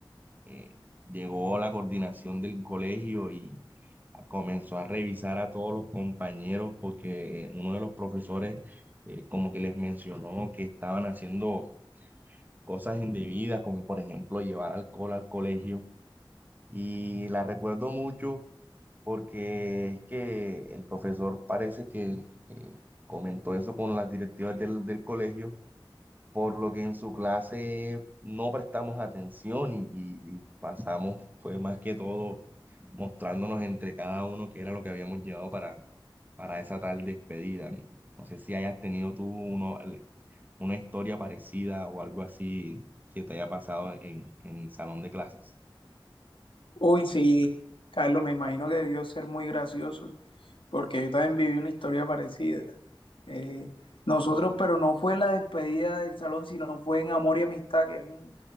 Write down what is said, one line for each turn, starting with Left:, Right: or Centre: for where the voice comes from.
Right: eh, llegó la coordinación del colegio y comenzó a revisar a todos los compañeros porque eh, uno de los profesores eh, como que les mencionó que estaban haciendo cosas indebidas, como por ejemplo llevar alcohol al colegio. Y la recuerdo mucho porque es que el profesor parece que eh, comentó eso con las directivas del, del colegio, por lo que en su clase no prestamos atención y, y y pasamos, fue más que todo mostrándonos entre cada uno qué era lo que habíamos llevado para para esa tal despedida. No, No sé si hayas tenido tú uno, el- una historia parecida o algo así que te haya pasado en, en el salón de clases.
Left: Uy, sí, Carlos, me imagino que debió ser muy gracioso. porque yo también viví una historia parecida. Eh, nosotros, pero no fue en la despedida del salón, sino fue en Amor y Amistad, que es un,